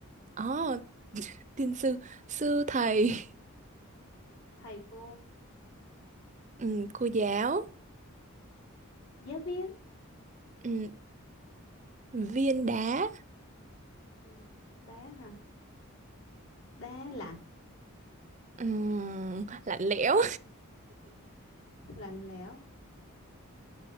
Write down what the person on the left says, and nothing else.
thầy cô,
giáo viên.
Ừ, đá hả? Đá lạnh,
lạnh lẽo.